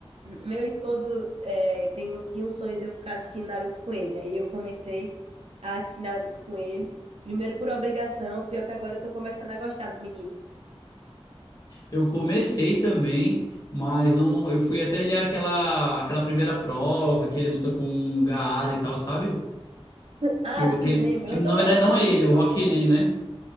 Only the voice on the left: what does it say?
Eu comecei também, mas não, eu fui até ali aquela aquela primeira prova que ele luta com o Gaara e tal, sabe?
Que eu
tenho,
que
na
verdade
não
é
ele, é o Rock
Lee, né?